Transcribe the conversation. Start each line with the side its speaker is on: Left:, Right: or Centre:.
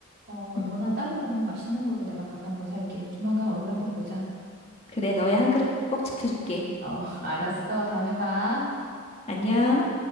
Right: 어,
Left: 음,
Right: 너나 따로 먹는 맛있는 걸로 내가 밥 한번 살게. 조만간 얼굴 한번 보자.
Left: 그래, 너의 한 그릇 꼭 지켜줄게.
Right: 어, <laughs> 알았어. 다음에 봐.
Left: 안녕.